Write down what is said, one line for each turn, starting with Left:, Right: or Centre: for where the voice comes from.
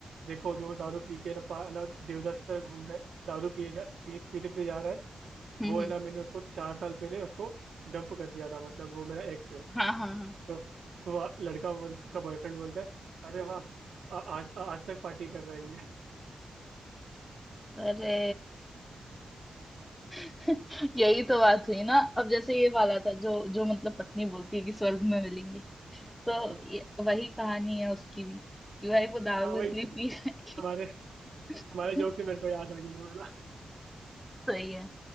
Right: देखो जो दारू पी के है ना पा- है ना देवदास की तरह घूम रहा है दारू पिए जा पिए पीते पीते जा रहा है
Centre: हम्म
Right: वो
Centre: हम्म,
Right: है ना मैंने उसको चार साल पहले उसको डंप कर दिया था मतलब वो मेरा एक्स है
Centre: हाँ हाँ हाँ
Right: तो वो लड़का बोल उसका बॉयफ्रेंड बोलता है अरे वाह आ- आज आ- आज तक पार्टी कर रही है
Centre: अरे <laughs> यही तो बात हुई ना अब जैसे ये वाला था जो जो मतलब पत्नी बोलती है कि स्वर्ग में मिलेंगे तो
Right: हम्म,
Centre: ये, वही कहानी है उसकी भी कि भाई वो दारू
Right: हाँ भाई
Centre: इसलिए पी रहा है
Right: तुम्हारे
Centre: कि
Right: तुम्हारे
Centre: <laughs>
Right: जोक से मेरे को याद आ गया ये वाला
Centre: सही है